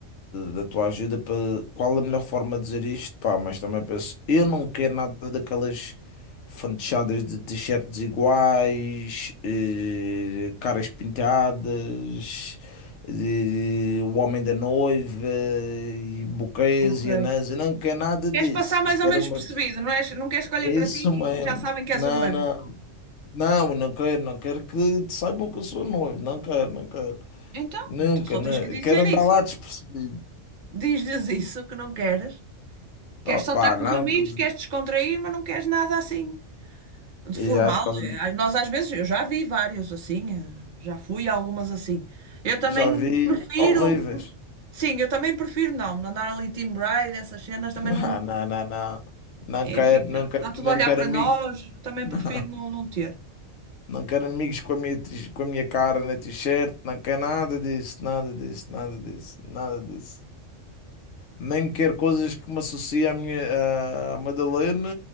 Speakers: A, on the left; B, on the right.
A: da tua ajuda para qual a melhor forma de dizer isto, pá, mas também penso, eu não quero nada daquelas fantochadas de t-shirts iguais, eh, caras pintadas, eh, o homem da noiva, e buquês
B: Ok.
A: e anéis, eu não quero nada disso,
B: Queres passar mais
A: eu quero
B: ou menos
A: uma,
B: percebido, não és, não queres que olhem
A: é
B: para
A: isso
B: ti
A: mesmo,
B: e já sabem que
A: não,
B: és o noivo.
A: não, não, não quero, não quero que te saibam que eu sou noivo, não quero, não quero.
B: Então,
A: Nunca,
B: então só
A: nu-
B: tens que dizer
A: Quero andar
B: isso.
A: lá despercebido.
B: Diz-lhes isso que não queres. Queres
A: Opa,
B: só estar com
A: não,
B: os amigos,
A: que-
B: queres descontrair, mas não queres nada assim de
A: e
B: formal.
A: já, de causa,
B: Eh, ah, Nós às vezes, eu já vi vários assim, eh, já fui a algumas assim. Eu também
A: já vi
B: prefiro,
A: horríveis.
B: sim, eu também prefiro não, andar ali team bride, essas cenas também
A: <laughs> Não,
B: não.
A: não, não, não. Não
B: É,
A: quero,
B: fica,
A: não quero,
B: está
A: não
B: tudo a olhar
A: quero
B: para
A: amigos.
B: nós,
A: <laughs>
B: eu também
A: Não,
B: prefiro não, não ter.
A: não quero amigos com a minha, tis- com a minha cara na t-shirt. Não quero nada disso, nada disso, nada disso, nada disso. Nem quero coisas que me associem à minha, à Madalena.